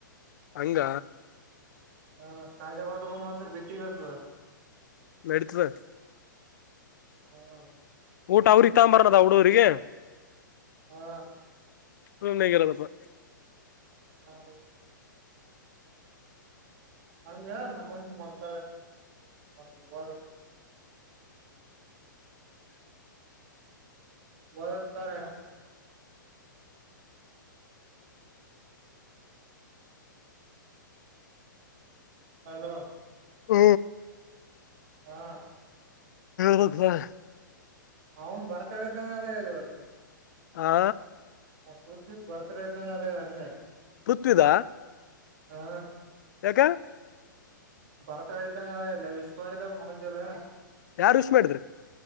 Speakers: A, on the left; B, on the right.
A: ಹಂಗ
B: ಹ ಕಾಜಗೋಡ ರೂಮ್ ಅತ್ರಿ ಬಿಟ್ಟಿತ್
A: ಮೇಡತವ
B: ಹ್ಮ
A: ಊಟ ಅವ್ರ ಇತ್ತ ಬರದ ಹಡೋರಿಗೆ
B: ಹಾ
A: ಹ್ ಹೇಗಿರೋದಪ್ಪ
B: ಹ ಅ ಯನು ತ ಮಕ ಹ ಒತ್ತರ ಹಲೋ
A: ಹ
B: ಹಾ
A: ಹಕ್ವಾಾ
B: ಅವನ್ ಬರ್ತ ಇದಿದ್ದಂಗ ಅದ ಇ ಇವತ್ತು
A: ಹಾ
B: ಹಿದ ಬರ್ತ ಇದ್ದಂಗ ಅದೇ ಅಂಗೆ
A: ಪೃಥ್ವಿದ
B: ಹಾ
A: ಯಗ
B: ಭರತಡ ಇದ್ದಂಗ ಅಲ್ಲ ಇಲ್ಲ ವಿಶ್ ಮಾಡಿದಾಗ ಮುಂಜದ
A: ಯಾರ್ು ಹುಷಿ ಮಾಡಿದ್ರಿ